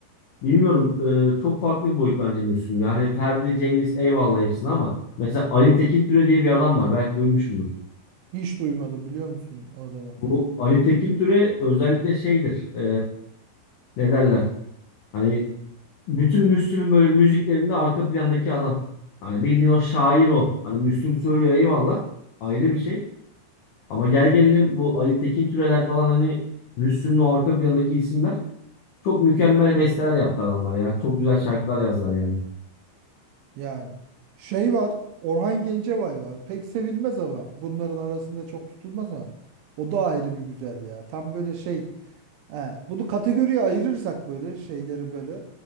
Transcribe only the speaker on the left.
Bilmiyorum e, çok farklı bir boyut bence Müslüm. Yani Ferdi, Cengiz eyvallah hepsini ama mesela Ali Tekin Türe diye bir adam var. Belki duymuşumdur.
Bu Ali Tekin Türe özellikle şeydir. e, ne derler? Hani bütün Müslüm'ün böyle müziklerinde arka plandaki adam. Hani bildiğin o şair o. Hani Müslüm söylüyor eyvallah. Ayrı bir şey. Ama gel gelelim bu Ali Tekin Türeler falan hani Müslüm'ün o arka plandaki isimler. Çok mükemmel besteler yaptı adamlar ya. Çok güzel şarkılar yazdılar yani.